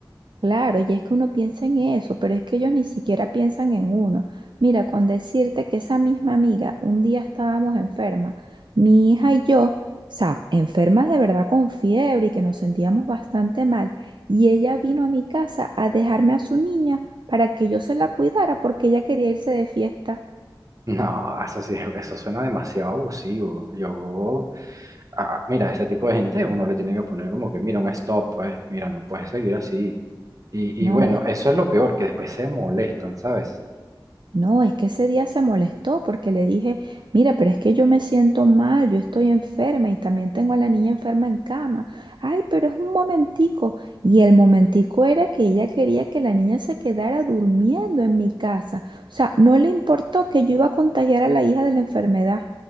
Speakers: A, on the right (about 70°); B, on the right (about 45°).
A: Claro, y es que uno piensa en eso, pero es que ellos ni siquiera piensan en uno. Mira, con decirte que esa misma amiga, un día estábamos enferma, mi hija y yo, o sea, enfermas de verdad con fiebre y que nos sentíamos bastante mal, y ella vino a mi casa a dejarme a su niña para que yo se la cuidara porque ella quería irse de fiesta.
B: <laughs> No, eso sí, eso suena demasiado abusivo. Yo, ah, mira, ese tipo de gente uno le tiene que poner como que, mira, un stop, pues, mira, no puedes seguir así. Y,
A: No,
B: y bueno, eso es lo peor, que después se molestan, ¿sabes?
A: No, es que ese día se molestó porque le dije, mira, pero es que yo me siento mal, yo estoy enferma y también tengo a la niña enferma en cama. Ay, pero es un momentico. Y el momentico era que ella quería que la niña se quedara durmiendo en mi casa. O sea, no le importó que yo iba a contagiar a la hija de la enfermedad.